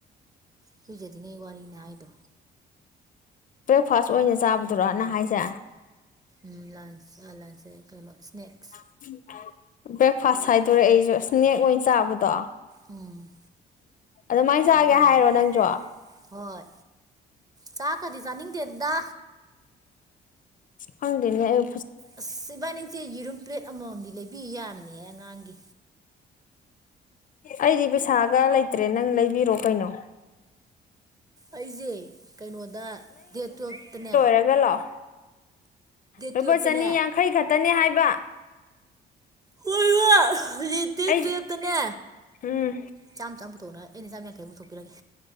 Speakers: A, on the right (about 20°); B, on the left (about 50°).
A: ꯏꯔꯨꯖꯔꯤꯉꯩ ꯋꯥꯔꯤꯅꯦ ꯍꯥꯏꯗꯣ
B: ꯕ꯭ꯔꯦꯛꯐꯥꯁ ꯑꯣꯏꯅ ꯆꯥꯕꯗꯨꯔꯣ ꯅꯪ ꯍꯥꯏꯁꯦ
A: ꯎꯝ ꯂꯥꯟꯁ ꯂꯟꯁꯦ ꯀꯩꯅꯣ ꯁꯅꯦꯛꯁ
B: <unintelligible> ꯕ꯭ꯔꯦꯛꯐꯥꯁ ꯍꯥꯏꯗꯣꯔꯦ ꯑꯩꯁꯨ ꯁꯅꯦꯛꯁ ꯑꯣꯏꯅ ꯆꯥꯕꯗꯣ
A: ꯎꯝ
B: ꯑꯗꯨꯃꯥꯏꯅ ꯆꯒꯦ
A: ꯑꯗꯨꯒꯤꯅꯦ
B: ꯍꯥꯏꯔꯣ ꯅꯪꯁ‌ꯣ
A: ꯍꯣꯏ ꯆꯥꯛꯀꯗꯤ ꯆꯥꯅꯤꯡꯗꯦꯗꯥ
B: ꯈꯪꯗ‌ꯦꯅꯦ ꯑꯌꯨ
A: ꯑꯁ ꯏꯕꯥꯅꯤꯁ‌ꯦ ꯌꯦꯔꯨꯝ ꯄ꯭ꯂꯦꯠ ꯑꯃꯃꯝꯗꯤ ꯂꯩꯕꯤ ꯌꯥꯝꯅꯤꯍ‌ꯦ ꯑꯉꯥꯡꯒꯤ
B: ꯑꯩꯗꯤ ꯄꯩꯁꯥꯒ ꯂꯩꯇ꯭ꯔꯦ ꯅꯪ ꯂꯩꯕꯤꯔꯣ ꯀꯩꯅꯣ
A: ꯑꯩꯖ‌ꯦ ꯀꯩꯅꯣꯗ ꯗꯦꯠ ꯇꯨꯌꯦꯜꯐꯇꯅꯦ
B: <unintelligible> ꯂꯥꯛꯑ‌ꯣ ꯂꯨꯄꯥ
A: ꯇꯨꯌꯦꯜꯞꯇꯅꯦ
B: ꯆꯥꯅꯤ ꯌꯥꯡꯈꯩ ꯈꯛꯇꯅꯤ ꯍꯥꯏꯕ
A: ꯍꯣꯏ ꯏꯃꯥ ꯍꯧꯖꯤꯛꯇꯤ
B: ꯑꯩ
A: ꯇꯨꯌꯦꯜꯞꯇꯅꯦ
B: ꯎꯝ
A: ꯆꯥꯝ ꯆꯝ ꯄꯨꯊꯣꯛꯅ ꯑꯩꯅ ꯆꯥꯝ ꯌꯥꯡꯈꯩ ꯄꯨꯊꯣꯛꯄꯤꯔꯒꯦ